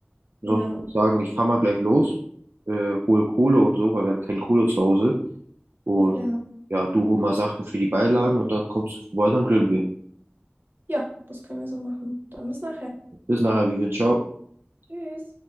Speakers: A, on the right; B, on the right.
A: Sonst
B: Ja.
A: würde ich sagen, ich fahr mal gleich los, äh, hol Kohle und so, weil wir haben keine Kohle zu Hause. Und
B: Ja.
A: ja, du hol mal Sachen für die Beilagen und dann kommst du vorbei, dann grillen wir.
B: Ja, das können wir so machen. Dann bis nachher.
A: Bis nachher, Vivian, ciao.
B: Tschüss.